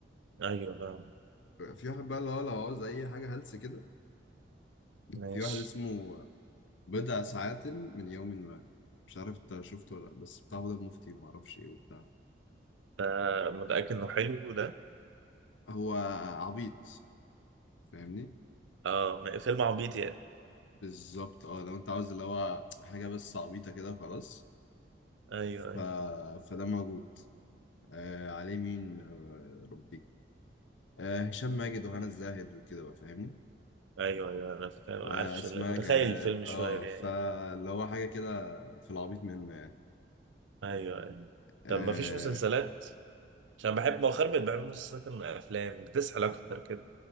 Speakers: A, on the right (about 85°); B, on the left (about 80°).
A: ايوه فاهم
B: في واحد بقى اللي هو لو عاوز اي حاجة هلس كده
A: ماشي
B: في واحد اسمه بضع ساعات من يوم ما مش عارف انت شفته ولا لأ، بس بتاع هدى المفتي ومعرفش ايه وبتاع
A: آه، متأكد انه حلو ده
B: هو عبيط فاهمني
A: اه م- فيلم عبيط يعني
B: بالظبط اه لو انت عاوز اللي هو حاجة بس عبيطة كده وخلاص
A: ايوه
B: ف...
A: ايوه
B: فده موجود آه عليه مين آه ربي آه هشام ماجد وهنا الزاهد وكده بقى فاهمني
A: ايوه ايوه انا فاهم
B: وأسماء
A: عارف ال- متخيل
B: جلال
A: الفيلم
B: اه
A: شويه يعني
B: فاللي هو حاجة كده في العبيط منه يعني
A: ايوه ايوه
B: آه
A: طب ما فيش مسلسلات عشان بحب مؤخرا بقيت بحب مسلسلات من الافلام بتسحل اكتر كده